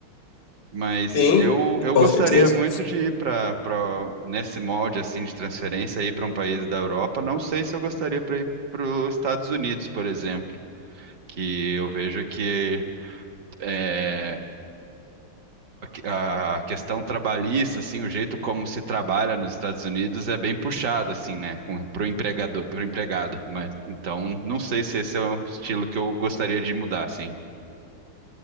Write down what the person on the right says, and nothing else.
Mas
eu, eu
gostaria
muito de ir para nesse molde assim de transferência ir para um país da Europa. Não sei se eu gostaria para ir para os Estados Unidos, por exemplo, que eu vejo que é, a, a questão trabalhista, assim, o jeito como se trabalha nos Estados Unidos é bem puxado assim, né, para o empregador, para empregado. Mas então não sei se esse é o estilo que eu gostaria de mudar, assim.